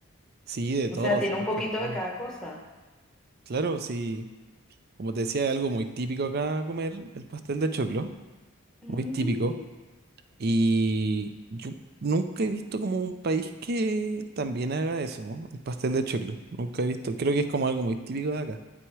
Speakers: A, on the right; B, in the centre.
A: sí, de
B: O
A: todo,
B: sea, tiene
A: sí,
B: un
A: de
B: poquito
A: hecho, de todo.
B: de cada cosa.
A: Claro, sí, como te decía, es algo muy típico acá comer el pastel de choclo,
B: Mm.
A: muy típico. Y yo nunca he visto como un país que también haga eso, ¿no? El pastel de choclo. Nunca he visto, creo que es como algo muy típico de acá.